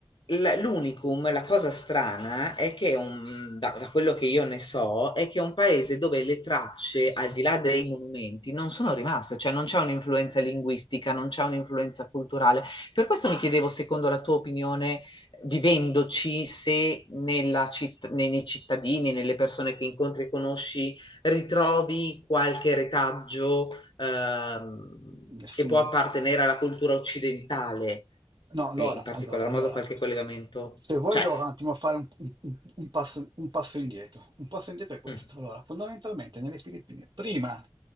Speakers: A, on the left (about 60°); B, on the right (about 55°).
A: l- L'unicum, la cosa strana è che un- da, da quello che io ne so, è che è un paese dove le tracce, al di là dei monumenti, non sono rimaste, cioè non c'è un'influenza linguistica, non c'è un'influenza culturale. Per questo mi chiedevo, secondo la tua opinione, vivendoci, se nella citt- nei, nei cittadini, nelle persone che incontri e conosci, ritrovi qualche retaggio ehm,
B: nessuno.
A: che può appartenere alla cultura occidentale
B: No, allora,
A: e in particolar
B: allora, allora,
A: modo qualche collegamento,
B: se vuoi
A: cioè,
B: devo un attimo fare un, un- un passo, un passo indietro. Un passo indietro è questo.
A: mm,
B: Allora, fondamentalmente nelle Filippine, prima